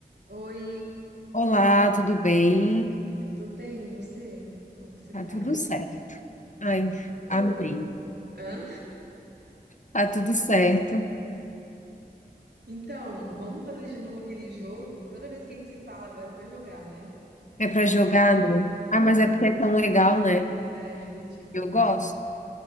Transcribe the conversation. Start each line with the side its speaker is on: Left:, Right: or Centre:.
Right: Oi,
Left: Olá, tudo bem?
Right: eu tô bem, e você? Como que você
Left: Tá
Right: tá?
Left: tudo certo. Ai,
Right: Ô,
Left: amém.
Right: hã?
Left: Tá tudo certo.
Right: Então, vamos fazer de novo aquele jogo? Toda vez que a gente se fala agora é pra jogar, né?
Left: É para jogar, né? Ah, mas é porque é tão legal, né?
Right: É divertido
Left: Eu
Right: mesmo.
Left: gosto.